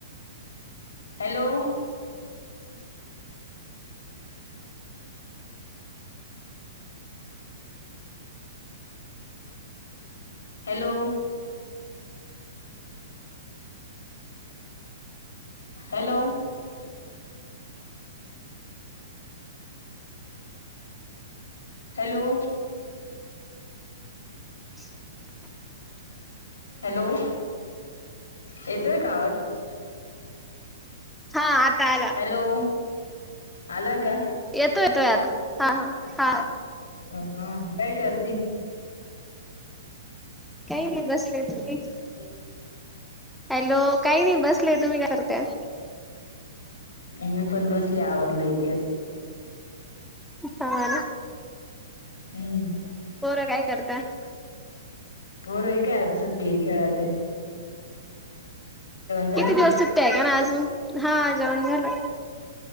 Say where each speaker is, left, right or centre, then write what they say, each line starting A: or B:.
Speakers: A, on the left; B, in the centre.
A: hello. hello! Hello! Hello!
B: <unintelligible>
A: Hello येतोय का आवाज?
B: हा आता आला!
A: हॅलो आला काय?
B: येतो येतोय आता हा हा हा!
A: अ ह हा काय करते
B: काही नाही बसलेत.
A: हो
B: हॅलो काही नाही बसले तुम्ही काय करताय?
A: मी पण बसले आवरले इतक्याच.
B: हाण.
A: हम्म म म.
B: पोर काय करत्यात.
A: पोर हे काय आज सुट्टी खेळत्यात. झालं
B: किती
A: का
B: दिवस सुट्टी आहे का ना अजून हा जेवण झाल.